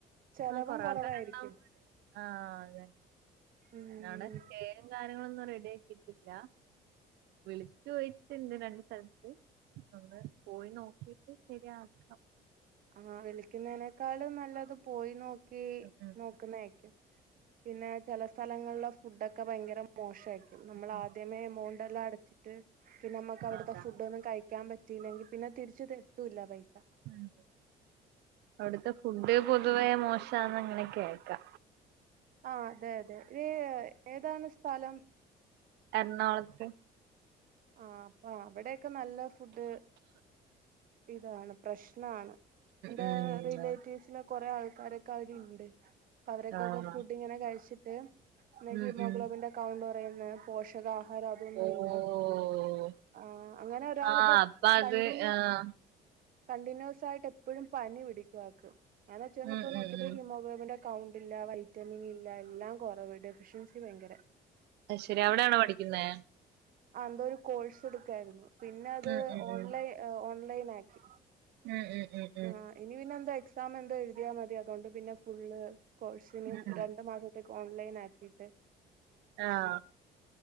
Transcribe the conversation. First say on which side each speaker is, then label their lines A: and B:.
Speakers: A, on the right; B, on the right.
A: ചെലവും
B: ആ കൊറെ
A: കൊറവായിരിക്കും
B: ആൾക്കാരുണ്ടാക്കുമ്പോ പിന്നെ ആ് അതെനെ
A: ഉം
B: അവിടെ സ്റ്റേ ഗാനങ്ങളൊന്നും റെഡി ആക്കിട്ടില്ല വിളിച്ചു ചോദിച്ചിണ്ട് രണ്ട് സ്ഥലത്ത് ഒന്ന് പോയി നോക്കിട്ട് ശരിയാക്കാം
A: ആഹ് വിളിക്കുന്നതിനേക്കാള് നല്ലത് പോയി നോ ക്കി
B: ഉം
A: നോക്കുന്നായിരിക്കും പിന്നെ ചെല സ്ഥലങ്ങളിലെ ഫുഡക് ക്കെ ഭയങ്കര മോശായിരിക്കും. നമ്മളാദ്യമേ
B: ഉം
A: എമൗണ്ട് എല്ലാ അടച്ചിട് ട്ട് പിന്നമ്മക്കവിടുത്തെ
B: അതാ
A: ഫുഡ്ടൊന്നും ന് കഴിക്കാൻ പറ്റിയില്ലെങ്കി പിന്നെ തിരിച്ച് തരത്തൂല്ല പൈസ
B: ഉം അവിടുത്തെ ഫുഡ് പൊ തുവേ മോശാന്ന് ങ്ങനെകേക്കാ
A: ആ അതെ അതെ ഇത് ഏതാണ് സ്ഥലം
B: എർണാകുളത്ത്
A: ആ അപ്പൊ അവിടെക്കെ നല്ല ഫുഡ് ഇതാണ് പ്രശ്നാണ് എന്റെ
B: ഉം ഉം
A: റിലേറ്റീവ്സിലെ കൊറെ ആൾക്കാരൊക്കവടിണ്ട് അപ്പൊ അവരൊക്കെൊക്കെ
B: ആഹ്
A: ഫുഡ് ഇങ്ങനെ കഴിച്ചിട്ട്
B: ഉം
A: ഹിമോഗ്ലോബിന്റെക്കൗണ്ട്
B: ഉം
A: കുറയുന്ന് പോഷക ഹാരം അതൊന്നുല്ല,
B: ഓഹ്
A: ആ അങ്ങനെ ഒരാളിപ്പോ
B: ആഹ് അപ്പൊ അത്
A: കണ്ടിന്യൂ
B: ആഹ്
A: കണ്ടിന്യൂസായിട്ട് എപ്പഴും പനി പിടിക്കും ആക്ക്. അങ്ങനെ ചെന്ന്
B: ഉം
A: ഇപ്പോ നോക്കിയപ്പോ
B: ഉം ഉം
A: ഹീമോഗ്ലോബിൻ്റെ കൗണ്ട്ല്ല വൈറ്റമിൻ ഇല്ല എല്ലാം കൊറവ് ഡെഫിഷ്യൻസി ഭയങ്കര
B: അയ് ശെരി അവിടെയാണോ പഠിക്കുന്നെ
A: അന്തോ ഒരു കോഴ്സ് എടുക്കായിരുന്നു പിന്നത്
B: ഉം ഉം
A: ഓൺലൈ ഓൺലൈനാക്കി
B: ഉം ഉം ഉം
A: ആ ഇനി പിന്നെ എന്തോ എക്സാം എന്തോ എഴുതിയാമതി അതുകൊണ്ട് പിന്നെ ഫുള്ള് കോഴ്സിന്
B: ഉം ഉം
A: രണ്ടു മാസ ത്തേക്കോൺലൈനാക്കിട്ട്
B: ആഹ്